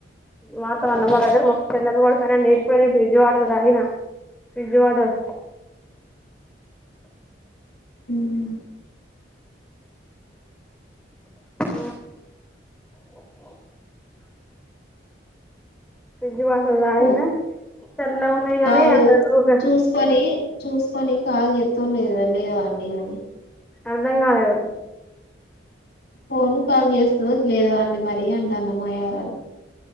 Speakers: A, in the centre; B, on the left.
A: మాతమన్న మా దగ్గర మొ పిందలు కొడతానండి ఇప్పుడు నేను ఫ్రిడ్జ్ వాడర్ దాగిన ఫ్జ్రజ్ వాటర్
B: ఉం
A: ఓ ఫ్రిడ్జ్ వాట రాయినా
B: ఓ
A: చల్లగున్నయి గనీ
B: కాలు
A: అ ఒక
B: చూసుకొని చూసుకొని కాలు చెత్తవ లేదా లేదా అండి అది
A: అర్థం కాలేదు
B: ఫోన్ కాల్ చేస్తుంది లేదా అండి మర అంటాన్నా మా యారాలు